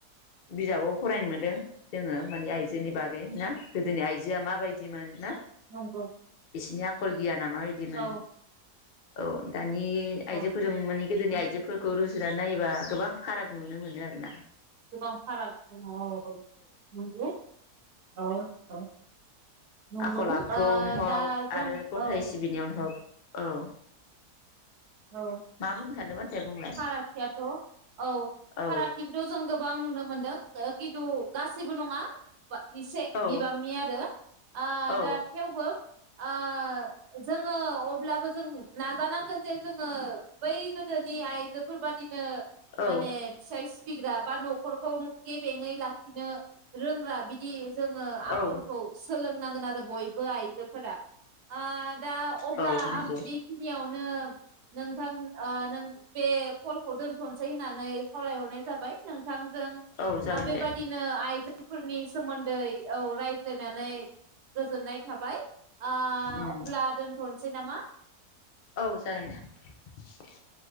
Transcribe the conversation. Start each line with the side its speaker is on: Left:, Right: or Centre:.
Left: बिजाबाव फरायनो मोनदों जोङो मानि आइजो जोंनि बागै ना गोदोनि आइजोआ माबायदिमोन ना
Right: नंगौ
Left: बिसोरनि आखल गियाना माबायदिमोन
Right: औ
Left: औ दानि
Right: औ
Left: आइजोफोरजों माने गोदोनि
Right: नंगौ
Left: आइजोफोरखौ रुजु जुनानै नायोबा गोबां फाराग नुनो मोनो आरो ना
Right: गोबां फाराग दङ औ औ नंगौ औ औ नंगौ
Left: आखल आखुआवनो
Right: ओ
Left: हग
Right: दा जों
Left: आरो गसाइ
Right: औ
Left: सिबिनायावनो हग औ
Right: औ
Left: मा बुंनो सानदोंमोन दे बुंलाय
Right: फारागथियाथ औ
Left: औ
Right: फारागथिखौथ जों गोबां नुनो मोनदों किन्तु औ गासैबो नङा <unintelligible> एसे
Left: औ
Right: बिबांनि आरो आ
Left: औ
Right: दा थेवबो आ जोङो अब्लाबो जों नाजानांगोन जे जोङो बै गोदोनि आइजोफोर बादिनो
Left: औ
Right: माने फिसाय सिबिग्रा बा न'खरखौ गेबेङै लाखिनो रोंग्रा बिदि जोङो आखलखौ
Left: औ
Right: सोलोंनांगोन आरो बयबो आइजोफोरा ओ दा अब्ला
Left: औ नंगौ
Right: आं बेखिनियावनो नोंथां नों बे कलखौ दोनथनोसै होननानै खावलायहर नाय जाबाय नोंथांजों
Left: औ जागोन
Right: बेबायादिनो
Left: दे
Right: आइजोफोरनि सोमोन्दै औ रायज्लायनानै गोजोननाय थाबाय आ
Left: उम
Right: अब्ला थनोसै नामा
Left: औ जागोन दे